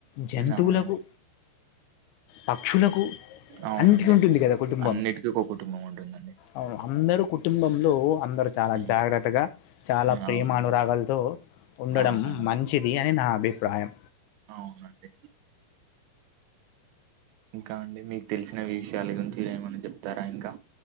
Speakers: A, on the left; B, on the right.
A: జంతువులకు,
B: మ్మ్ అవునండి
A: పక్షులకు
B: అవునండి
A: అన్నిటికి ఉంటుంది కదా కుటుంబం
B: అన్నిటికీ ఒక కుటుంబం ఉంటుందండి
A: అవును అందరూ కుటుంబంలో అందరు చాలా
B: ఉమ్
A: జాగ్రత్తగా చాలా ప్రేమ
B: అవును అవునండి
A: అనురాగాలతో ఉండడం
B: అవునండి
A: మంచిది అని నా అభిప్రాయం
B: అవునండి ఇంకా అండి మీకు తెలిసిన విషయాల గురించి ఏమన్నా చెప్తారా ఇంకా